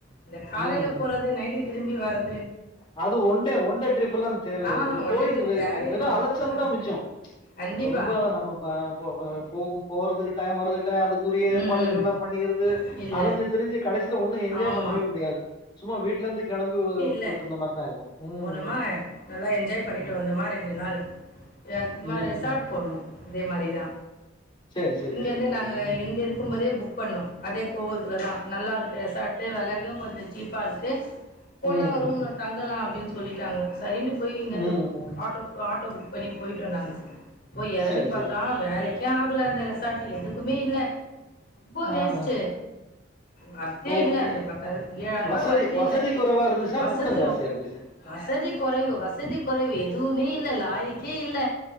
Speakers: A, on the left; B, on the left.
A: இந்த காலைல
B: ம்,
A: போறது
B: ம்.
A: நைட்டுக்கு திரும்பி திரும்பி வர்ரது
B: அது ஒண்டே ஒண்டே ட்ரிப்பெல்லா தேவயா
A: ஆஹா
B: அது
A: ஒன்
B: போயிட்டு
A: டே ட்ரிப்
B: வெ
A: தேவையே
B: வெறு
A: இல்ல.
B: அலைச்சல்தா
A: ஆ
B: மின்ச்சு ப்ச்
A: கண்டிப்பா.
B: ரொம்ப நம்ம ப ப போகும் போறதுக்கு டைம் வர்ரது அதுக்குரிய ஏற்பாடுகள்
A: ம், ம்.
B: எல்லாம் பண்ணிக்கிறது
A: இல்ல.
B: அலைஞ்சு திரிஞ்சு கடைசி ல ஒண்ணு என்ஜாய்
A: ஆமா.
B: பண்ணவே முடியாது சும்மா வீட்ல இருந்து கிளம்பி
A: ல்ல
B: போயிட்டு வந்த மாதிரி தான் இருக்கும் ம்
A: போணுமா நல்லா என்ஜாய் பண்ணிட்டு
B: ம்
A: வந்தோமா ரெண்டு நாள் எ நாம
B: ம்
A: ரிசார்ட்
B: ம்.
A: போனோ அதே மாரிதா
B: சரி சரி
A: இங்கிருந்து
B: சரி சரி
A: நாங்க
B: ம்
A: இங்க இருக்கும்போதே புக் பண்ணோ அதே கோவலத்துலதா நல்லா இருக் கு சட்ட வெலகு கொஞ்சோ சீப்பாக இருக்கு போனா
B: ம் ம்
A: ரூம்ல
B: ம்
A: தங்கலா அப்டின் சொ சொல்லிட்டாங்க சரின்ட்டு போய் இங்கிருந்து
B: ம், ம்.
A: ஆட்டோ ஆட்டோ ஆட்டோ புக் பண்ணி போய்ட்டோ நாங்க போய் எறங்கி
B: சரி
A: பாத்தா
B: சரி சரி.
A: வேலெக் யாம் குல அந்த ரெசார்ட்டு எதுக்குமே இல்ல ரொம்போ
B: ஆ
A: வேஸ்ட்டு
B: ஆ
A: வொர்த்தே
B: ஓ
A: இல்ல அந்த
B: எ-
A: பத்தாயிர ஏழாயிர்வா
B: வசதி
A: வர்த்தே
B: வசதி
A: இல்ல
B: குறைவா இருந்துச்சா
A: வசதி
B: கூட்டம் ஜாஸ்தியா
A: ரொ
B: இருந்துச்சு
A: வசதி கொறைவு வசதி கொறைவு எதுவுமே இ இல்ல லாய்க்கே இல்ல